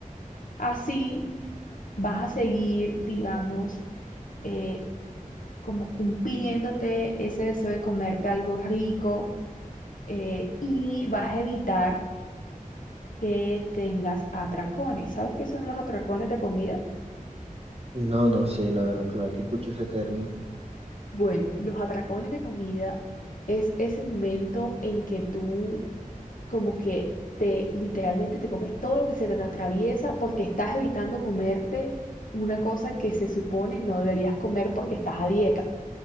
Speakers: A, on the left (about 70°); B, on the right (about 45°).
A: Así vas a seguir, digamos, eh, como cumpliéndote ese deseo de comerte algo rico eh, y vas a evitar que tengas atracones. ¿Sabes qué son los atracones de comida?
B: No, no sé, la verdad, primera vez que escucho ese término.
A: Bueno, los atracones de comida es ese momento en que tú como que te literalmente te comes todo lo que se te atraviesa porque estás evitando comerte una cosa que se supone no deberías comer porque estás a dieta.